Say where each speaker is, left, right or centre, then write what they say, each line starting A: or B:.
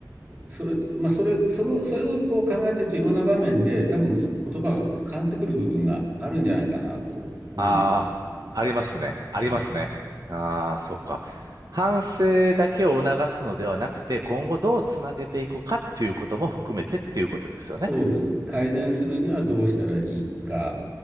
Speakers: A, on the right; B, on the right.
A: それ、まあ、それ、それを、それをこう考えてるといろんな場面で多分言葉が変わってくる部分があるんじゃないかなと思う。
B: ああ、ありますね。ありますね。
A: はい
B: ああ、そっか。反省だけを促すのではなくて、今後どうつなげていくかっていうことも含めてっていうことですよね。
A: そうです。改善するにはどうしたらいいか。